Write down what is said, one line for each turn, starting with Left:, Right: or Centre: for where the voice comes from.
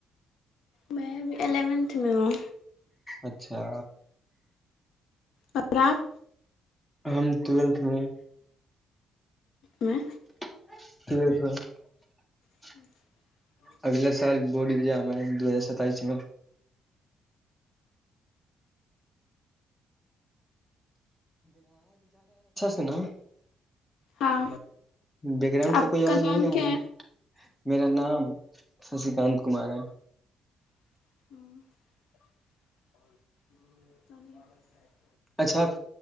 Left: میں ابھی الیونتھ میں ہوں
Centre: اچھا
Left: اراک
Centre: ہم ٹویلتھ میں
Left: میں
Centre: <unintelligible>
Left: <inaudible>
Centre: اگلا سال بورڈ ایگزام ہے دو ہزار ستائیس میں کنا
Left: ہاں
Centre: بیک گراؤنڈ سے
Left: آپ
Centre: کوئی اواز
Left: کا نام
Centre: نہیں
Left: کیا ہے
Centre: میرا نام سسی گاند کمار ہے
Left: <unintelligible> <inaudible>
Centre: اچھا